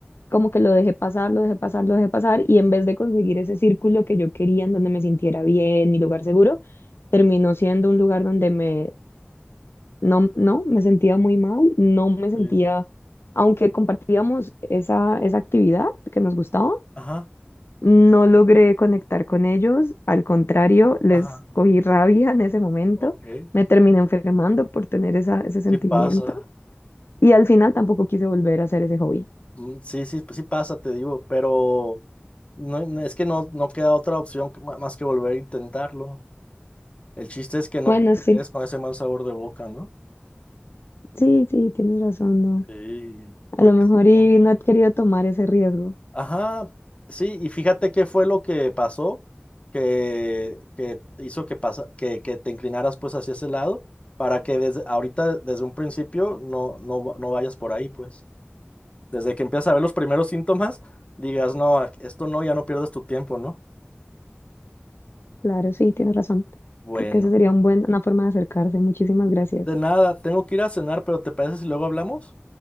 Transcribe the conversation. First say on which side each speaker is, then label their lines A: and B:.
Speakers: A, on the left; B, on the left.
A: como que lo dejé pasar, lo dejé pasar, lo dejé pasar y en vez de conseguir ese círculo que yo quería, en donde me sintiera bien, mi lugar seguro, terminó siendo un lugar donde me no, no, me sentía muy mal, no me sentía,
B: sí.
A: aunque compartíamos esa, esa actividad que nos gustaba,
B: Ajá.
A: no logré conectar con ellos, al contrario, les
B: Ajá.
A: cogí rabia en ese momento,
B: Ok.
A: me terminé enfermando por tener esa, ese sentimiento
B: Sí pasa.
A: y al final tampoco quise volver a hacer ese hobby.
B: Mm, Sí, sí, sí pasa, te digo, pero no, no- es que no, no queda otra opción que- ma- más que volver a intentarlo. El chiste es que no
A: Bueno,
B: te
A: sí,
B: quedes con ese mal sabor de boca, ¿no?
A: sí, sí, tienes razón, no.
B: Sí. Porque
A: A lo mejor
B: si
A: y
B: no-
A: no he querido tomar ese riesgo.
B: Ajá, sí, y fíjate qué fue lo que pasó que, que hizo que, pasa, que, que te inclinaras pues hacia ese lado para que desde ahorita, desde un principio, no, no, va- no vayas por ahí, pues. Desde que empiezas a ver los primeros síntomas, digas, no, a- esto no, ya no pierdas tu tiempo, ¿no?
A: Claro, sí, tienes razón.
B: Bueno,
A: Creo que eso sería un buen, una forma de acercarse. Muchísimas gracias.
B: de nada, tengo que ir a cenar, pero ¿te parece si luego hablamos?